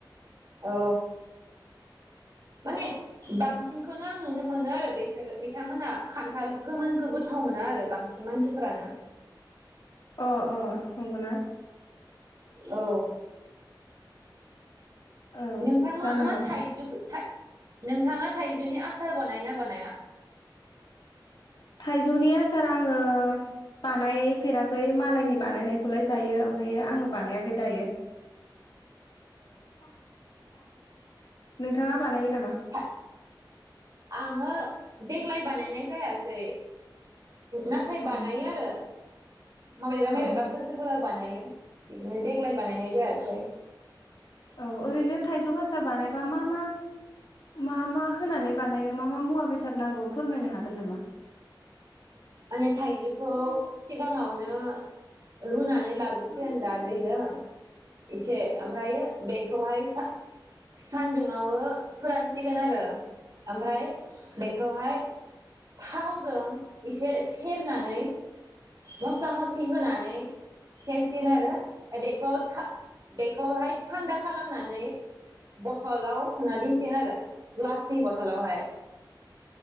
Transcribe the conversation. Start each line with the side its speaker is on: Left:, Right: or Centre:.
Right: औ। माने बांसिनखौनो आं नुनो मोनो आरो बेसोर बिथांमोनहा खान्थाल गोमोनखौ गोथाव मोना आरो बांसिन मानसिफोरानो।
Left: अ अ नंगौना?
Right: औ।
Left: औ
Right: नोंथां
Left: जानो
Right: मोन ओ
Left: हागौ
Right: थाइजुखो थाइ नोंथाङा थाइजौनि आसार बानोना बनाया?
Left: थाइजौनि आसार आङो बानायफेराखै मालायनि बानायनायखौलाय जायो ओमफायो आङो बानायाखै दायो। <inaudible> नोंथाङा? बानायो नामा?
Right: था आङो देग्लाय बानायनाय जायासै। नाथाय
Left: अ
Right: बानायो आरो। माबायबा माबेबा
Left: औ
Right: बोसोरफोरा <unintelligible> बानायो देग्लाय बानायनाय जायासै।
Left: औ ओरैनो थाइजौ आसार बानायबा मा मा मा मा होनानै बानायो मा मा मुवा बेसाद नांगौ फोरमायनो हागोन नामा?
Right: माने थाइजौखौ
Left: औ
Right: सिगाङावनो रुनानै लाग्रोसिगोन
Left: नंगौ
Right: दा दैजों एसे ओमफ्रायो बेखौहाय सान्दुंआवो फोरानसिगोन आरो। ओमफ्राय बेखौहाय। थावजों एसे सेरनानै मस्ला मस्लि होनानै। सेरसिगोन आरो बेखौ था बेखौहाय थान्दा खालामनानै। बथ'लाव सोना दसै आरो ग्लासनि बथलावहाय।